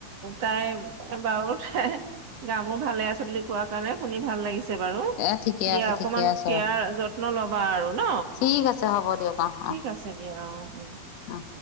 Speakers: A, on the right; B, on the left.
A: তাই বাৰু তাই দামোবোৰ ভালে আছে বুলি কোৱা কাৰণে শুনি ভাল লাগিছে। বাৰু
B: এ ঠিকে
A: দিয়া
B: আছে
A: অকমান
B: ঠিকে আছে
A: কেয়াৰ যত্ন ল'বা আৰু ন।
B: ঠিক আছে হ'ব দিয়ক অ
A: ঠিক
B: অ
A: আছে দিয়া অ উম।
B: অ